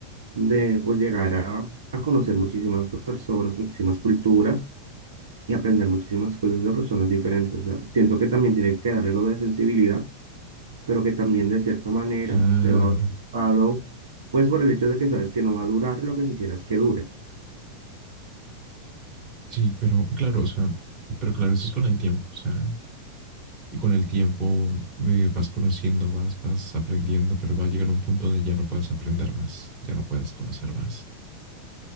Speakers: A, on the right; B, on the right.
A: de pues llegar a, a conocer muchísimas personas, muchísimas culturas y aprender muchísimas cosas de personas diferentes. O sea, siento que también tiene que dar algo de sensibilidad, pero que también de cierta manera
B: Claro.
A: se va a ver cortado, pues por el hecho de que sabes que no va a durar lo que quisieras que dure.
B: Sí, pero claro, o sea, pero claro, eso es con el tiempo, o sea, y con el tiempo eh, vas conociendo, vas, vas aprendiendo, pero va a llegar un punto donde ya no puedas aprender más, ya no puedas conocer más.